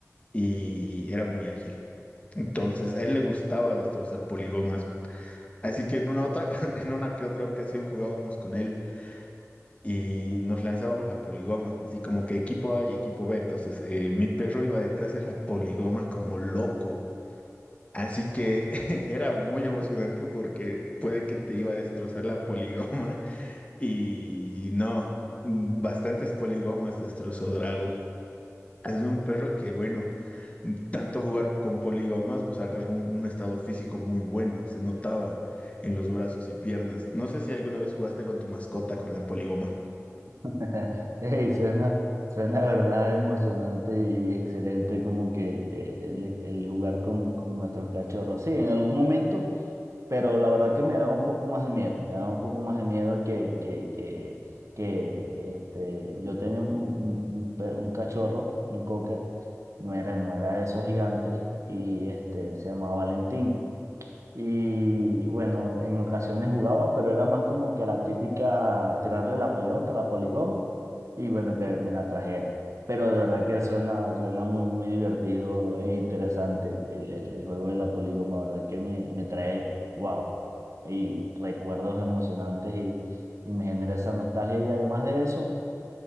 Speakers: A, on the left; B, on the right.
A: y era muy ágil. Entonces, a él le gustaba destrozar polígomas. Así que en una otra, <laughs> en una que otra ocasión jugábamos con él y nos lanzábamos la poligoma, así como que equipo A y equipo B. Entonces, eh, mi perro iba detrás de la poligoma como loco. Así que <laughs> era muy emocionante porque puede que te iba a destrozar la poligoma <laughs> y no, bastantes poligomas destrozó Drago. Es de un perro que, bueno, tanto jugar con poligomas, pues agarró un, un estado físico muy bueno, se notaba en los brazos y piernas. No sé si alguna vez jugaste con tu mascota con la poligoma.
B: <laughs> Ey, suena, suena de verdad emocionante y excelente como que eh, el, el jugar con, con nuestros cachorros. Sí, en algún momento. pero la verdad que me daba un poco más de miedo, me daba un poco más de miedo que, que, que, que este, yo tenía un, un, un pe- un cachorro, un cocker, no era, no era de esos gigantes, y este, él se llamaba Valentín. Y bueno, en ocasiones jugaba, pero era más como que la típica tirarle la pelota, la poligoma, y bueno, que me la trajera. Pero de verdad que suena, suena muy, muy divertido e interesante el, el, el juego de la poligoma, ¿verdad? Que me, me trae, wow, y recuerdos emocionantes y, y me genera esa nostalgia. Y además de eso,